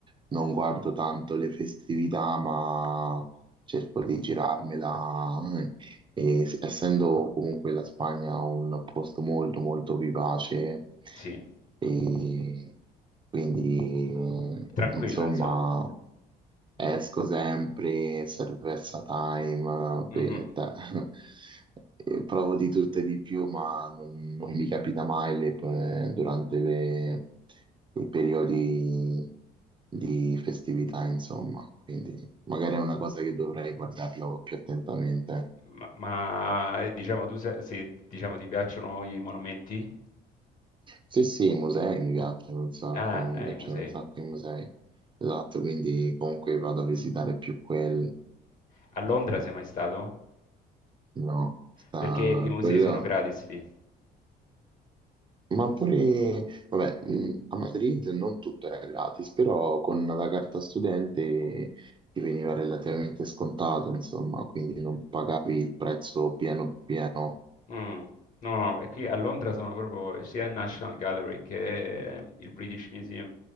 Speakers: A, on the right; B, on the left.
A: non guardo tanto le festività, ma cerco di girarmela eh, e s- essendo comunque la Spagna un posto molto molto vivace,
B: Sì,
A: e quindi
B: tranquillo,
A: insomma
B: insomma.
A: esco sempre, Cerveza Time,
B: Mhm.
A: be- ta- <laughs> e provo di tutto e di più, ma non, non mi capita mai le- eh, durante le- i periodi di festività, insomma. Quindi magari è una cosa che dovrei guardarlo più attentamente.
B: Ma, ma, eh, diciamo, tu se, se, diciamo, ti piacciono i monumenti?
A: Sì, sì, i musei mi piacciono un sacco,
B: Ah,
A: mi
B: ai
A: piacciono
B: musei.
A: un sacco i musei. Esatto, quindi comunque vado a visitare più quelli,
B: A Londra sei mai stato?
A: no? Sta
B: Perché i musei
A: quello.
B: sono gratis lì.
A: Ma pure, vabbè, mh, a Madrid non tutto era gratis, però con la carta studente ti veniva relativamente scontato, insomma, quindi non pagavi il prezzo pieno pieno,
B: Mm. No, no, e qui a Londra sono proprio sia il National Gallery che eh, il British Museum